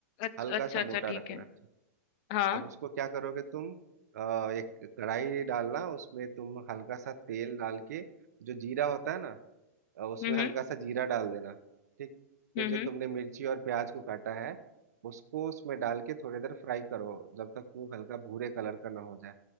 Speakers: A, on the left (about 30°); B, on the right (about 75°).
A: अच्छा
B: हल्का
A: अच्छा
B: सा मोटा
A: अच्छा ठीक
B: रखना
A: है
B: ठीक
A: हाँ
B: अब उसको क्या करोगे तुम अ, एक कढ़ाई डालना उसमें तुम हल्का सा तेल डाल के जो जीरा होता है ना अ, उसमें
A: हम्म
B: हल्का सा जीरा डाल देना ठीक फिर
A: हम्म
B: जो
A: हम्म
B: तुमने मिर्ची और प्याज को काटा है उसको उसमें डाल के थोड़ी देर फ्राई करो जब तक वो हल्का भूरे कलर का ना हो जाए